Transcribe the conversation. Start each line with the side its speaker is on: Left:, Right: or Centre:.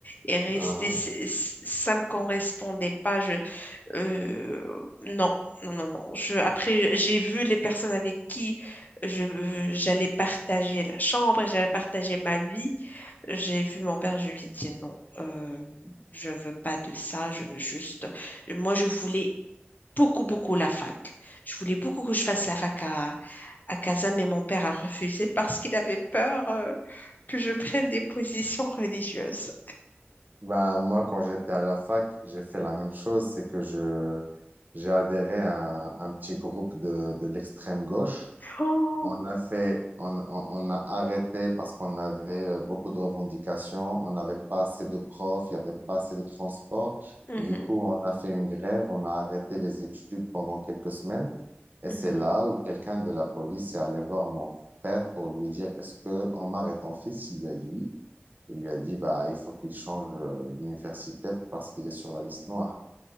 Left: et rester,
Right: Euh,
Left: c'est- c'est- ça me correspondait pas, je, euh, non, non, non, non. Je, après, j'ai vu les personnes avec qui je, j'allais partager la chambre, j'allais partager ma vie. J'ai vu mon père, je lui ai dit non, euh, je veux pas de ça, je veux juste, moi, je voulais beaucoup, beaucoup la fac. Je voulais beaucoup que je fasse la fac à, à Casa, mais mon père a refusé <laughs> parce qu'il avait peur euh, que je prenne des positions religieuses.
Right: ben, moi, quand j'étais à la fac, j'ai fait la même chose, c'est que je j'ai adhéré à un, un petit groupe de, de l'extrême gauche.
Left: Oh,
Right: On a fait, on, on- on a arrêté parce qu'on avait euh, beaucoup de revendications, on n'avait pas assez de profs, il n'y avait pas assez de transport.
Left: mhm,
Right: Du coup, on a fait une grève, on a arrêté les études pendant quelques semaines. Et
Left: mhm.
Right: c'est là où quelqu'un de la police est allé voir mon père pour lui dire, est-ce que Omar est ton fils? Il lui a dit oui. Il lui a dit, bah, il faut qu'il change euh, d'université parce qu'il est sur la liste noire.